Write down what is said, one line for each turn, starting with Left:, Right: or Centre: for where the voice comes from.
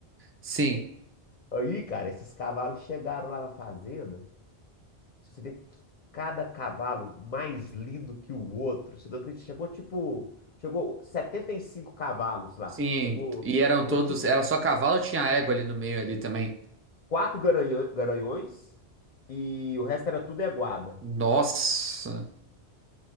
Right: Sim.
Left: Aí, cara, esses cavalos chegaram lá na fazenda, Se você vê que cada cavalo mais lindo que o outro, você não acredita. Chegou tipo, chegou 75 cavalos lá.
Right: Sim.
Left: Chegou,
Right: E eram
Left: chegou
Right: todos.
Left: tipo
Right: Era só cavalo ou tinha égua ali no meio ali também?
Left: quatro garanhã- garanhões e o resto era tudo aguada.
Right: Nossa.